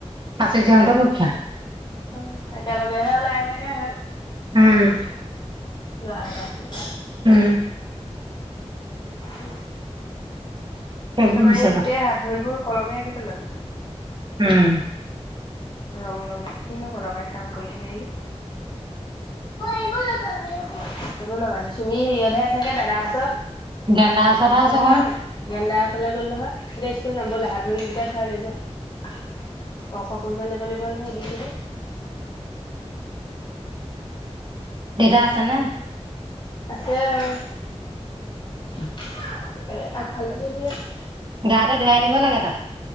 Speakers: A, on the right (about 45°); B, on the left (about 40°).
A: পাচুৰ্যহতৰ পৰীক্ষা?
B: অ একেলগেহে ওলাই আহে চাগে।
A: উম।
B: লোৱা তাহাতি
A: উম।
B: উম।
A: সেইবোৰ
B: আমাৰ
A: হৈছে
B: এই গোটেই
A: কথা
B: হাত ভৰিবোৰ কলমে আঁকি পেলালে।
A: হম।
B: ৰং লগাই কিনো কদৰকাৰী কাম কৰি থাকে ই। একো লগোৱা নাই তুমি হেৰিয়তহে আচেগে দাদাৰ ওছৰত।
A: গেন্দাৰ ওচৰতহে
B: চম্পা
A: আছে হন
B: নাই গেন্দা গ'ল নহয় এতিয়া স্কুল যাম বলা হাত ভৰিকেইটা ধোৱাগেই যোৱা ক ক পঢ়িব লাগিব লাগিব নহয় এ বি চি দি
A: দেতা আছে নে?
B: আছে আৰু এ' আগফালে বহি আছে।
A: গাতো ধুৱাই আনিব লাগে তাক।